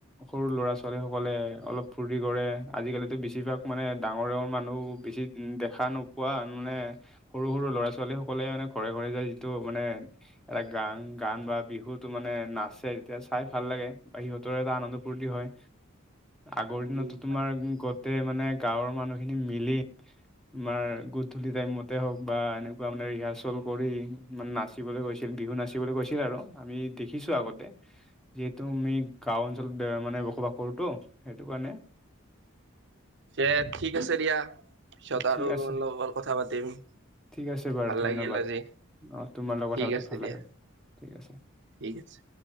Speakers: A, in the centre; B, on the right.
A: সৰু ল'ৰা ছোৱালী সকলে অলপ ফূৰ্তি কৰে আজিকালিতো বেছিভাগ মানে ডাঙৰ ডাঙৰ মানুহ বেছি উ দেখা নোপোৱা মানে সৰু সৰু ল'ৰা ছোৱালী সকলে মানে ঘৰে ঘৰে যায় যিটো মানে এটা গান গান বা বিহুত মানে নাচে তেতিয়া চাই ভাল লাগে বা সিহঁতৰ এটা আনন্দ ফূৰ্তি হয়। আগৰ দিনতো
B: উম
A: তোমাৰ গোটেই মানে গাঁৱৰ মানুহখিনি মিলি তোমাৰ গুধূলি টাইমতে হওঁক বা এনেকুৱা মানে ৰিহাৰ্চ ল কৰি মানে নাচিবলৈ গৈছিল বিহু নাচিবলৈ গৈছিল আৰু আমি দেখিছো আগত যিহেতু আমি গাও অঞ্চলত মানে বসবাস কৰোতো সেইটো কাৰণে
B: এ ঠিক আছে দিয়া পিছত
A: অ ঠিক
B: আৰু
A: আছে
B: তোমাৰ লগত কথা পাতিম।
A: ঠিক আছে বাৰু
B: ভাল
A: ধন্যবাদ।
B: লাগিল আজি
A: অঁ তোমাৰ লগত
B: ঠিক
A: কথা পাতি
B: আছে
A: ভাল
B: দিয়া
A: লাগে ঠিক আছে
B: ঠিক আছে।